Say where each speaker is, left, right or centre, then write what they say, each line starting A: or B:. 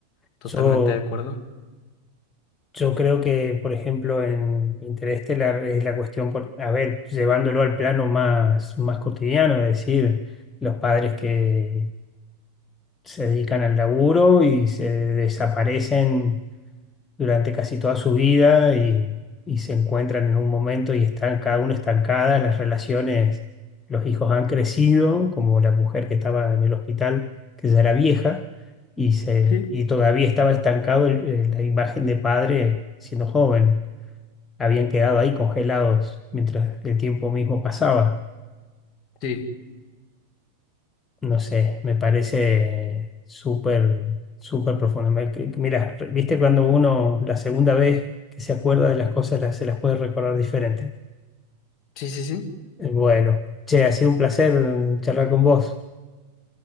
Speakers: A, on the left; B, on the left.
A: Totalmente
B: Yo
A: de acuerdo.
B: Yo creo que, por ejemplo, en Interestelar es la cuestión, por, a ver, llevándolo al plano más, más cotidiano, es decir, los padres que se dedican al laburo y se desaparecen durante casi toda su vida y, y se encuentran en un momento y están cada uno estancada, las relaciones, los hijos han crecido, como la mujer que estaba en el hospital, que ya era vieja, y, se,
A: Sí.
B: y todavía estaba estancado el- el- la imagen de padre siendo joven habían quedado ahí congelados mientras el tiempo mismo pasaba.
A: Sí,
B: No sé, me parece súper, súper profundo. Me- que- que- Mira, re- viste cuando uno la segunda vez que se acuerda de las cosas las- se las puede recordar diferente.
A: sí, sí, sí.
B: Eh, Bueno, che, ha sido un placer mm, charlar con vos.